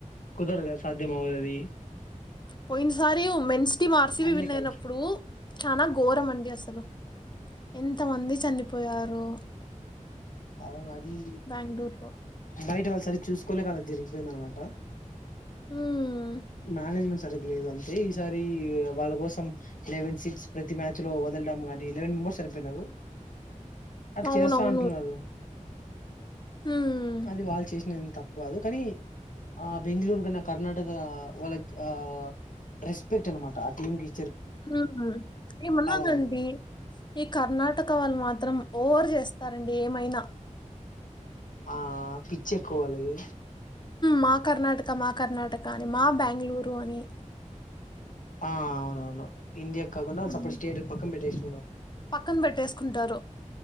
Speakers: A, on the left; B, on the left.
A: కుదరద్ గద్ సాధ్యమావదది.
B: పోయినసారి women's team R C
A: అన్ని
B: B విన్
A: కల్చర్
B: అయినప్పుడు చానా గోరమండి. అసలు ఎంత మంది చనిపోయారో
A: అవును అది
B: బెంగుళూరులో.
A: బైట్ వస్ అది చూసుకోలేక అలా జరిగిపోయిందానమాట
B: హ్మ్.
A: మానేజ్మెంట్స్ రెగ్లేర్ అంతే ఈసారి వాళ్ళ కోసం లెవెన్ సీట్స్ ప్రతి మ్యాచ్ లో వదలడం గాని లెవెన్ చనిపోయినారు అది
B: అవునవును.
A: చేస్తా అంటున్నారు.
B: హ్మ్.
A: అది వాళ్ళు చేసిన తప్పు కాదు కానీ ఆ బెంగళూరు కన్నా కర్ణాటక వాళ్ళక్ ఆ రెస్పెక్ట్ అనమాట ఆ టీమ్ ది
B: హ హ ఏ ఉన్నాదండి
A: బాగుంటది
B: ఈ కర్ణాటక వాళ్ళు మా త్రం ఓవర్ చేస్తారండి ఏమైనా
A: ఆ పిచ్కేక్కువ వాళ్ళకి
B: మా కర్ణాటక మా కర్ణాటక అని మా బెంగ్ళూరు అని
A: ఆ అవునవును ఇండియా కాకుండా
B: హ్మ్.
A: సెపరేట్ స్టేట్ పక్కన పెట్టేసి
B: పక్కన పెట్టేసుకుంటారు